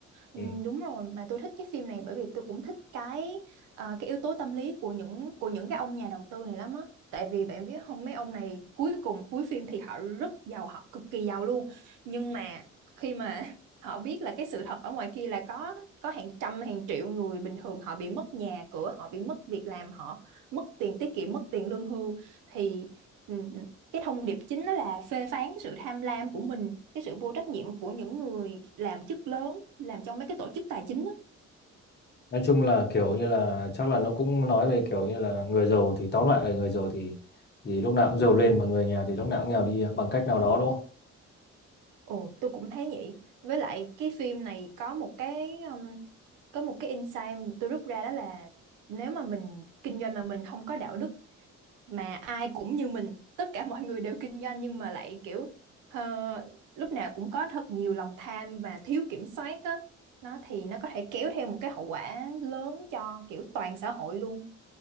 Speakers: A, on the left (about 35°); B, on the right (about 85°).
A: Ừ.
B: Ừ, đúng rồi mà tôi thích cái phim này bởi vì tôi cũng thích cái ờ, cái yếu tố tâm lý của những của những cái ông nhà đầu tư này lắm á tại vì bạn biết không mấy ông này cuối cùng cuối phim thì họ rất giàu họ cực kỳ giàu luôn nhưng mà khi mà <laughs> họ biết là cái sự thật ở ngoài kia là có có hàng trăm hàng triệu người bình thường họ bị mất nhà cửa họ bị mất việc làm họ mất tiền tiết kiệm mất tiền lương hưu thì ừ, cái thông điệp chính đó là phê phán cái sự tham lam của mình cái sự vô trách nhiệm của những người làm chức lớn làm trong mấy cái tổ chức tài chính á
A: nói chung là kiểu như là chắc là nó cũng nói về kiểu như là người giàu thì tóm lại là người giàu thì thì lúc nào cũng giàu lên mà người nghèo thì lúc nào cũng nghèo đi bằng cách nào đó đúng không
B: ồ tôi cũng thấy vậy với lại cái phim này có một cái um, có một cái insight tôi rút ra đó là nếu mà mình kinh doanh mà mình không có đạo đức mà ai cũng như mình tất cả <laughs> mọi người đều kinh doanh nhưng mà lại kiểu ờ, lúc nào cũng có thật nhiều lòng tham và thiếu kiểm soát á nó thì nó có thể kéo theo một cái hậu quả lớn cho kiểu toàn xã hội luôn